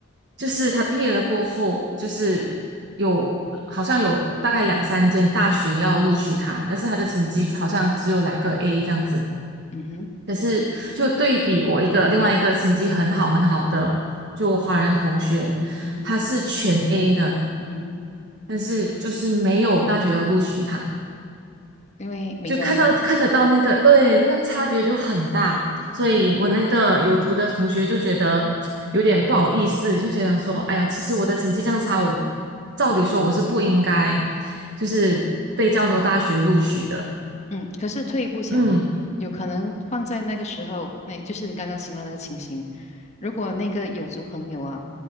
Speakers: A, on the right (about 60°); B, on the left (about 35°).
A: 就是他毕业了过后，就是有好像有大概两三间大学要录取他，但是他的成绩好像只有两个 A 这样子。
B: 嗯哼，
A: 可是就对比我一个另外一个成绩很好很好的就华人同学，
B: 嗯哼，
A: 他是全 A 的，
B: 嗯哼，
A: 但是就是没有大学要录取他，
B: 因为名额满了。
A: 就看到看得到那个对那个差别就很大，所以我那个有族的同学就觉得有点不好意思，就觉得说，哎呀，其实我的成绩这样差，我照理说我是不应该就是被这样多大学录取的，
B: 嗯，可是退一步想哦，
A: 嗯，
B: 有可能放在那个时候，那就是你刚刚形容那个情形，如果那个有族朋友啊，